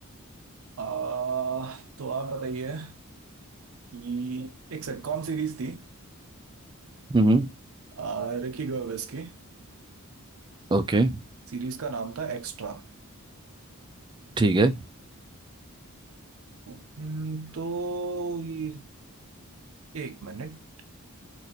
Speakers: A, on the right; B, on the right.
A: आ, तो आप बताइए कि एक सिटकॉम सीरीज थी
B: हम्म हम्म।
A: आ, रिकी गर्वेस की
B: ओके
A: सीरीज का नाम था एक्स्ट्रा
B: ठीक है
A: हम्म, तो ये एक मिनट